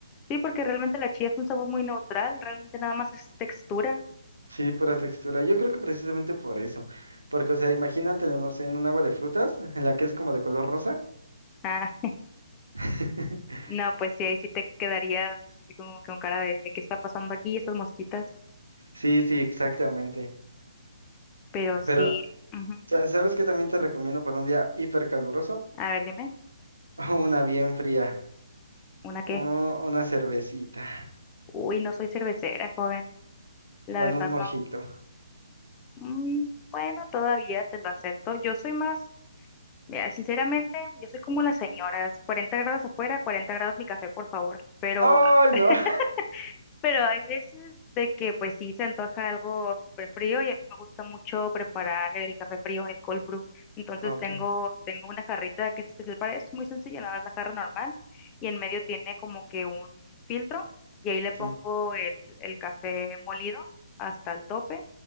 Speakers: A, on the left; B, on the right.
A: Sí, porque realmente la chía es un sabor muy neutral, realmente nada más es textura.
B: Sí, pura textura. Yo creo que precisamente por eso. Porque, o sea, imagínatelo, no sé, en un agua de frutas, en la que es como de color rosa.
A: ah
B: <laughs>
A: No, pues sí, ahí sí te quedarías así como que con cara de, de qué está pasando aquí, estas mosquitas.
B: Sí, sí, exactamente.
A: Pero sí,
B: Pero,
A: ujú.
B: sa- ¿sabes qué también te recomiendo para un día hipercaluroso?
A: A ver, dime,
B: <laughs> Una bien fría.
A: ¿una qué?
B: O una cervecita.
A: Uy, no soy cervecera, joven. La
B: Bueno,
A: verdad
B: un mojito.
A: no. Mm, bueno, todavía te lo acepto. Yo soy más, mira, sinceramente, yo soy como las señoras. 40 grados afuera, 40 grados mi café, por favor. Pero
B: ¡Ay,
A: <laughs>
B: no! <laughs>
A: Pero hay veces de que pues sí se antoja algo súper frío y a mí me gusta mucho preparar el café frío, el cold brew. Entonces
B: Ok,
A: tengo, tengo una jarrita que es especial para eso, es muy sencilla, nada más la jarra normal y en medio tiene como que un filtro y ahí le pongo
B: sí,
A: el, el café molido hasta el tope